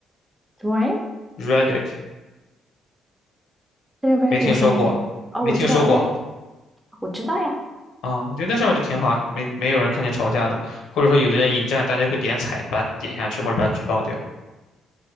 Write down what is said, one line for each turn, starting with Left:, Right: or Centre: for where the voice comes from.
Centre: 什么玩意？儿？
Left: ，Reddit。
Centre: 但是 Reddit
Left: 没听说过，
Centre: 上面，哦，
Left: 没听说过
Centre: 我知道 Reddit，我知道呀。
Left: 啊。我觉得那上面就挺好，没没有人看见吵架的，或者说有的人引战，大家会点踩，就把它点下去或者把它举报掉。